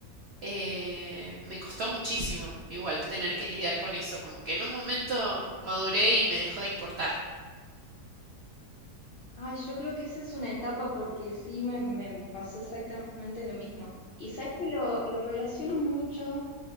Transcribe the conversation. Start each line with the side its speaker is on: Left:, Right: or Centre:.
Right: Eh, me costó muchísimo igual tener que lidiar con eso, como que en un momento maduré y me dejó de importar.
Left: Ay, yo creo que esa es una etapa porque sí me, me pasó exactamente lo mismo. Y sabes que lo, lo relaciono mucho